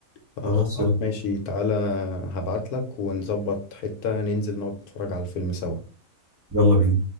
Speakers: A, on the left; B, on the right.
A: فخلاص
B: خلاص يلا
A: ماشي تعالى هبعت لك ونظبط حتة ننزل نقعد نتفرج على الفيلم سوا
B: يلا بينا